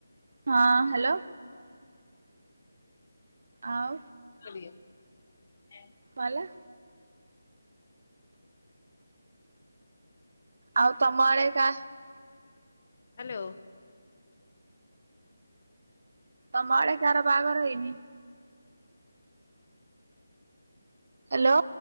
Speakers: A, on the right; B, on the left.
A: ହଁ ହାଲୋ। ଆଉ
B: ଆଉ ଟିକେ ଏଁ
A: କଁ ହେଲା? ଆଉ ତମ ଆଡ଼େ କାହ୍
B: ହାଲୋ।
A: ତମ ଆଡେ କାହାର ବାହାଘର ହେଇନି? ହାଲୋ।